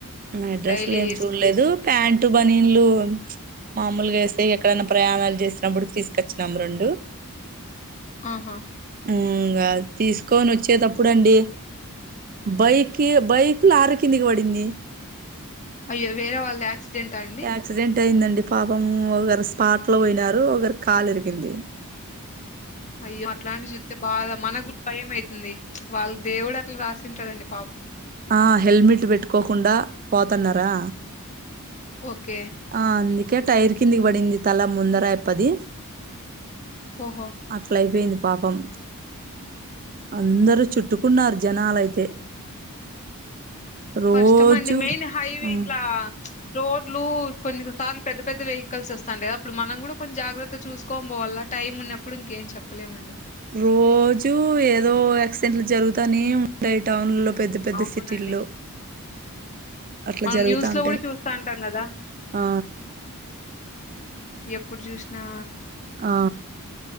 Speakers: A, on the right; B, on the left.
A: నైట్ డ్రస్లు
B: డైలీ
A: ఏం
B: ఏస్
A: చూడలేదు ప్యాంటు, బనీన్లు మామూలుగేస్తే ఎక్కడైన ప్రయాణాలు చేసినప్పుడుకి తీసుకొచ్చినము రెండు
B: ఆహా
A: ఉమ్ ఇంగా తీసుకోని వచ్చేటప్పుడండి బైకి బైకు లారీ కిందికి పడింది
B: అయ్యో వేరే వాళ్ళద్ యాక్సిడెంట అండి
A: క్సిడెంట్ అయిందండి పాపం ఒకరు స్పాట్ లో పోయినారు ఒకరికి క్కాలిరిగింది
B: అయ్యో అట్లాంటియి చూస్తే బాధ మనకు భయం అయితుంది వాళ్ళ దేవుడు అట్ల రాసింటాడండి పాపం
A: ఆ హెల్మెట్ పెట్టుకోకుండా పోతన్నరా
B: ఓకే
A: ఆ అందుకే టైర్ కిందికి పడింది తల ముందర అయప్పది
B: ఓహో
A: అట్లయిపోయింది పాపం అందరు చుట్టుకున్నారు జనాలైతే రోజు
B: కష్టం అండి మెయిన్ హైవే
A: ఆ
B: ఇట్లా రోడ్లు కొన్ని కొసార్లు పెద్ద పెద్ద వెహికల్స్ వస్తాంటాయి కదాప్పుడు మనం కూడా కొన్ని జాగ్రత్త చూసుకొన్ పోవాలా టైం ఉన్నప్పుడు ఇంకేం చెప్ ప్పలేమండి
A: రోజూ ఏదోక యాక్సిడెంట్లు జరుగుతానే ఉంటాయి టౌన్ ల్లో పెద్ద పెద్ద
B: అవునండి
A: సిటీల్లో అట్లా
B: మనం
A: జరుగుతా
B: న్యూస్ లో
A: ఉంటాయి
B: కూడ చూస్తాంటాం కదా
A: ఆ
B: ఎప్పుడు చూసినా
A: ఆ